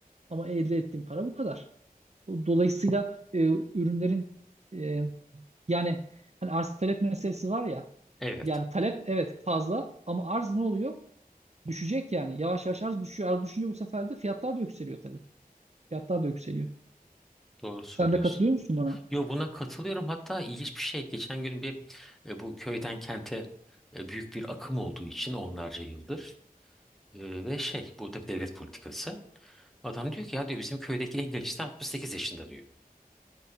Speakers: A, on the right; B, in the centre.
A: Ama elde ettiğim para bu kadar. Dolayısıyla e, ürünlerin e, yani hani arz talep meselesi var ya.
B: Evet,
A: Yani talep evet fazla ama arz ne oluyor? Düşecek yani. Yavaş yavaş arz düşüyor. Arz düşünce bu sefer de fiyatlar da yükseliyor tabii. Fiyatlar da yükseliyor.
B: doğru söylüyorsun.
A: Sen de katılıyor musun bana?
B: Yo buna katılıyorum. Hatta ilginç bir şey. Geçen gün bir e, bu köyden kente e, büyük bir akım olduğu için onlarca yıldır e, ve şey bu tabii devlet politikası. Adam diyor ki ya diyor bizim köydeki en gençler 68 yaşında diyor.